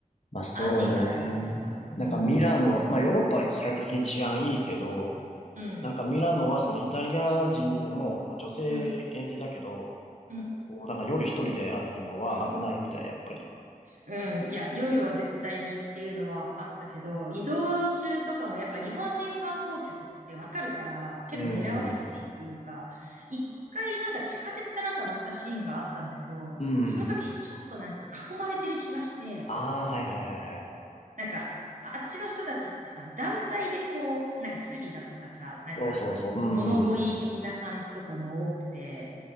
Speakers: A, on the left; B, on the right.
A: まあそうね。
B: 安心感が違う。
A: なんかミラノ、
B: うん。
A: まあヨーロッパは比較的に治安いいけど、
B: うん。
A: なんかミラノはそのイタリア人でも、まあ、女性限定だけど、
B: うん。うん。
A: こうなんか夜一人で歩くのは危ないみたい、
B: うん。
A: やっぱり。
B: うん。いや、夜は絶対にっていうのはあったけど、移動中とかもやっぱ日本人観光客ってわかるから、結構狙われやすいっていうか、
A: うん。
B: 一回なんか地下鉄かなんか乗ったシーンがあったんだけど、
A: うん。
B: その時にちょっとなんか囲まれてる気がして、
A: ああ、はいはいはいはい。
B: なんか、あっちの人たちってさ、団体でこう、なんかスリだとかさ、なんか物乞い的な感じとかも多くて、
A: そうそうそう。うん。